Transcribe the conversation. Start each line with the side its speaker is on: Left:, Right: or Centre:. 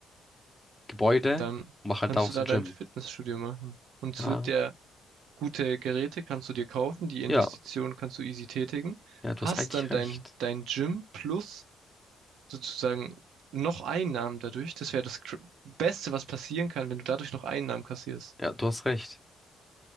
Centre: Gebäude
Right: Dann
Centre: und mache halt
Right: kannst
Centre: daraus
Right: du da
Centre: ein Gym.
Right: dein Fitnessstudio machen. Und
Centre: Ja,
Right: es wird dir gute Geräte kannst du dir kaufen, die Investition
Centre: ja,
Right: kannst du easy tätigen.
Centre: ja, du
Right: Hast
Centre: hast eigentlich
Right: dann
Centre: recht.
Right: dein, dein Gym plus sozusagen noch Einnahmen dadurch. Das wäre das Gr- Beste, was passieren kann, wenn du dadurch noch Einnahmen kassierst.
Centre: Ja, du hast recht.